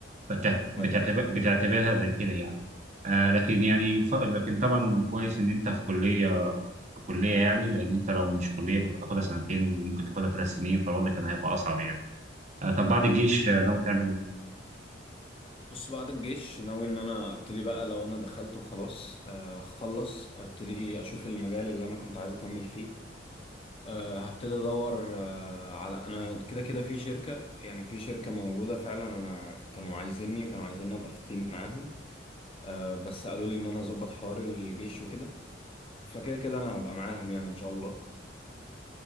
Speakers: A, on the right; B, on the left.
A: فبتعتبرها
B: ايوه
A: زي كده يعني آه لكن يعني يف... لكن طبعا كويس ان انت في كلية في كلية يعني لأن أنت لو مش كلية كنت هتاخدها سنتين وممكن تاخدها ثلاث سنين فالوضع كان هيبقى أصعب يعني آه، طب بعد الجيش آه، ناوي تعمل إيه؟
B: بص بعد الجيش ناوي ان انا ابتدي بقى لو انا دخلت وخلاص آه، اخلص ابتدي اشوف المجال اللي انا كنت عايز اكمل فيه آه، هبتدي ادور آه، على انا كده كده في شركة يعني في شركة موجودة فعلا انا كانوا عايزيني كانوا عايزيني ابقى في التيم معاهم آه، بس قالوا لي ان انا اظبط حوار الجيش وكده فكده كده انا هبقى معاهم يعني ان شاء الله